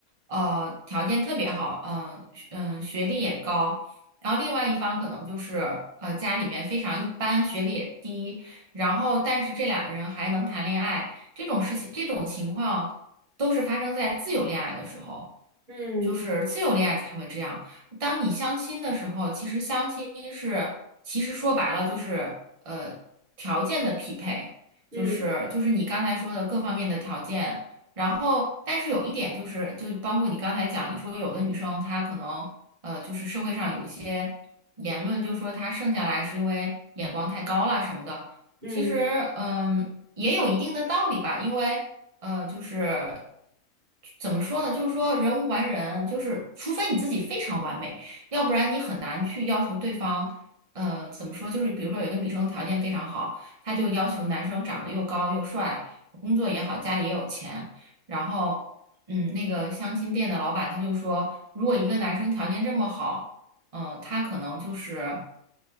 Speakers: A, on the right (about 55°); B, on the right (about 35°).
A: 呃，条件特别好，嗯、嗯，学历也高，然后另外一方可能就是呃家里面非常一般，学历也低，然后但是这两个人还能谈恋爱，这种事情，这种情况。都是发生在自由恋爱的时候，
B: 嗯
A: 就是自由恋爱才会这样。当你相亲的时候，其实相亲是，其实说白了就是呃条件的匹配，就是就是你刚才说的各方面的条件。
B: 嗯
A: 然后，但是有一点就是，就包括你刚才讲，你说有的女生她可能呃就是社会上有一些言论，就说她剩下来是因为眼光太高了什么的。
B: 嗯
A: 其实，嗯，也有一定的道理吧，因为。呃，就是怎么说呢？就是说人无完人，就是除非你自己非常完美，要不然你很难去要求对方。呃，怎么说？就是比如说有一个女生条件非常好，她就要求男生长得又高又帅，
B: 嗯
A: 工作也好，家里也有钱。然后，嗯，那个相亲店的老板他就说，如果一个男生条件这么好，嗯、他可能就是。